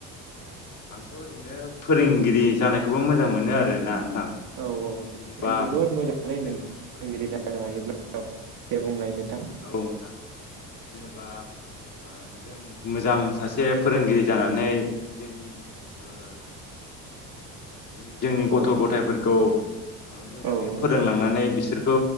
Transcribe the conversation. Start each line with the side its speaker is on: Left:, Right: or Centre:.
Left: आंथ' ओरैनो फोरोंगिरि जानायखौबो मोजां मोनो आरोना नोंथां
Right: औ औ
Left: जेनेबा
Right: बेथ' जोबोद मोजाङलै
Left: जों
Right: फोरोंगिरि
Left: औ
Right: जानो हायोब्ला अ दे बुंलायनो
Left: औ ओनथां जेनेबा ओ जों मोजां सासे फोरोंगिरि जानानै जोंनि ओ <inaudible> जोंनि गथ'
Right: औ
Left: गथाइफोरखौ ओ मोजाङै
Right: औ औ
Left: फोरोंलांनानै बिस सोरखौ